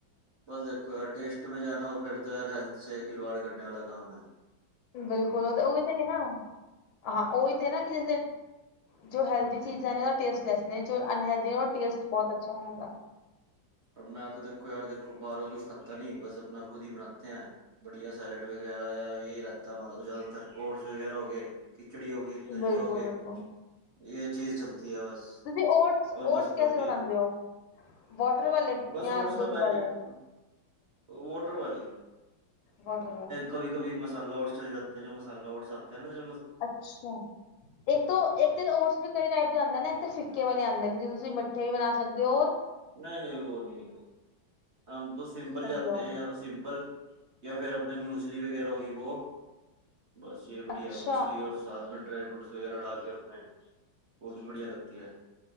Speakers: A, on the right; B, on the left.
A: ਬਸ ਦੇਖੋ ਯਾਰ ਟੇਸਟ ਮੈਂ ਜਾਨਾ ਹੋ, ਫਿਰ ਯਾਰ ਹੈਲਥ ਖਿਲਵਾੜ ਕਰਨੇ ਵਾਲਾ ਕੰਮ ਹੈ।
B: ਬਿਲਕੁਲ ਉਹ ਤੇ ਉਹੀੱਥੇ ਕਿ ਨਾ ਹਾਂ ਉਹਹੀਥੇ ਨਾ ਕਿ ਜੇ ਜੋ ਹੈਲਦੀ ਚੀਜ਼ਾਂ ਨੇ ਟੇਸਟ ਲੈਸ ਨੇ, ਜੋ ਅਨਹਲਦੀ ਨੇ ਉਹ ਟੇਸਟ ਬਹੁਤ ਅੱਛਾ ਉਹਨਾਂ ਦਾ।
A: ਪਰ ਮੈਂ ਤਾਂ ਦੇਖੋ ਯਾਰ ਦੇਖੋ ਬਾਹਰ ਕੁਛ ਖਾਤਾ ਨੀ ਬਸ ਆਪਣਾ ਖੁਦ ਹੀ ਬਣਾਤੇ ਹੈਂ। ਵਧੀਆ ਸੈਲਡ ਵਗੈਰਾ ਆ ਇਹੀ ਰਹਿਤਾ ਹਮਾਰਾ ਜ਼ਿਆਦਾਤਰ ਓਟਸ ਵਗੈਰਾ ਹੋ ਗਏ ਖਿਚੜੀ ਹੋ ਗਈ, ਦਲੀਆ
B: ਬਿਲਕੁਲ
A: ਹੋ ਗਏ।
B: ਬਿਲਕੁਲ
A: ਇਹ ਚੀਜ਼ ਚੱਲਤੀ ਹੈ ਬਸ
B: ਤੁਸੀਂ ਓਟਸ
A: ਔਰ
B: ਓਟਸ
A: ਬਸ
B: ਕੈਸੇ
A: ਪ੍ਰੋਟੀਨ
B: ਬਣਾਉਂਦੇ ਹੋ ਵਾਟਰ ਵਾਲੇ
A: ਬਸ
B: ਜਾਂ
A: ਓਟਸ ਕਾ
B: ਦੁੱਧ
A: ਪੈਕੇਟ
B: ਵਾਲੇ
A: ਵੋਟਰ ਵਾਲੇ।
B: ਬਟ।
A: ਕੀ ਕਭੀ ਮਸਾਲਾ ਔਟਸ ਚਲ ਜਾਤੇ ਜ ਜੋ ਮਸਾਲਾ ਔਟਸ ਆਤੇ ਹੈ ਨਾ ਜ
B: ਅੱਛਾ ਇੱਕ ਤੋਂ ਇੱਕ ਤੇ ੳਟਸ ਵੀ ਕਈ ਟਾਈਪ ਦੇ ਆਉਂਦੇ ਨਾ ਇੱਕ ਫ ਕੇ ਵਾਲੇ ਆਉਂਦੇ ਨੇ ਜਿਦੋਂ ਤੁਸੀਂ ਮਿੱਠੇ ਵੀ ਬਣਾ ਸਕਦੇ ਹੋਰ
A: ਨਹੀਂ, ਨਹੀਂ ਉਹ ਨਹੀਂ। ਹਮ ਤੋ ਸਿੰਪਲ
B: ਸਕਦੇ
A: ਲਾਤੇ
B: ਹੋ
A: ਹੈ ਜਾਂ ਤਾਂ ਸਿੰਪਲ ਜਾਂ ਫਿਰ ਆਪਣੇ ਮੂਸਲੀ ਵਗੈਰਾ ਹੋ ਗਈ ਉਹ ਬਸ ਇਹ ਬੜੀਆ
B: ਅੱਛਾ
A: ਮੂਸਲੀ ਔਰ ਸਾਥੈਂ ਡਰਾਈ ਫਰੂਟਸ ਵਗੈਰਾ ਡਾਲ ਕੇ ਉਸੇ ਉਹ ਵੀ ਬੜੀਆ ਲਗਤੀ ਹੈ।